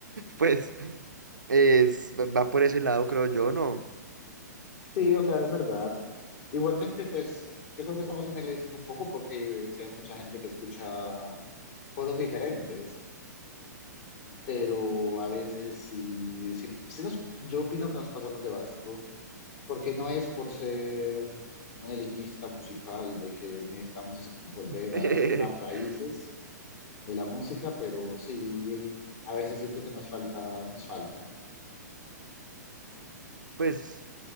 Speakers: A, on the right; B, on the left.
A: pues, es, va por ese lado, creo yo, ¿no?
B: Sí, o sea, es verdad. Igualmente, pues yo creo que estamos en el diciendo un poco porque eh, sí hay mucha gente que escucha cosas diferentes. pero a veces sí, sí, sí nos, yo opino que nos pasamos de básicos, porque no es por ser un elitista musical de que necesitamos volver
A: <laughs>
B: a las raíces de la música, pero sí, a veces siento que nos falta, nos falta.
A: Pues,